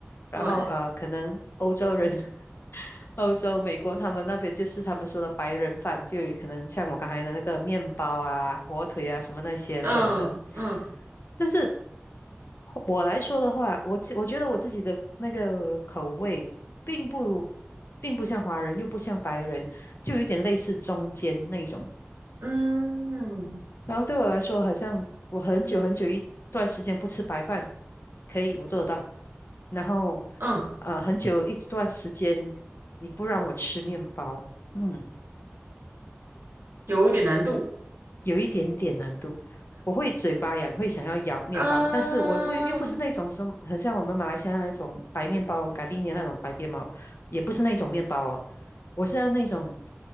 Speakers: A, on the left; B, on the right.
A: 然后呃，
B: 对，
A: 可能欧洲人 <laughs> 欧洲、美国他们那边就是他们说的白人饭，就有可能像我刚才的那个面包啊、火腿啊什么那些冷的。
B: 嗯，嗯
A: 但是我来说的话，我自我觉得我自己的那个口味并不并不像华人，又不像白人，就有一点类似中间那种。
B: 嗯嗯
A: 然后对我来说，好像我很久很久一段时间不吃白饭，可以，我做得到。然后，
B: 嗯
A: 呃，很久一段时间你不让我吃面包，嗯，
B: 有点难度。
A: 有一点点难度，我会嘴巴痒，会想要咬面包，
B: 嗯
A: 但是我不又不是那种什么，很像我们马来西亚那种白面包、咖喱面那种白面包，也不是那种面包哦，我是要那种，